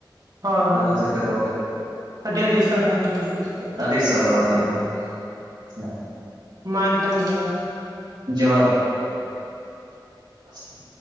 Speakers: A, on the right; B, on the right.
A: ᱦᱳᱭ ᱦᱳᱭ
B: ᱟᱵᱮᱱ ᱥᱮᱫ ᱛᱮ, ᱨᱚᱲ ᱠᱟ ᱛᱮᱫ
A: ᱟᱹᱰᱤ ᱟᱹᱰᱤ ᱥᱟᱨᱦᱟᱣ, ᱢᱟ ᱟᱹᱵᱤᱱ ᱥᱟᱞᱟᱜ
B: ᱟᱹᱰᱤ ᱥᱟᱨᱦᱟᱣ
A: ᱠᱟᱛᱷᱟ
B: ᱟᱵᱮᱱ
A: ᱠᱟᱛᱮᱫ
B: ᱦᱚᱸ
A: ᱾
B: ᱦᱮᱸ
A: ᱢᱟ! ᱮᱱᱠᱷᱟᱱ ᱡᱚᱦᱟᱨ ᱾
B: ᱡᱚᱦᱟᱨ ᱾ <unintelligible> ᱪᱮᱼᱮᱼᱡ ᱾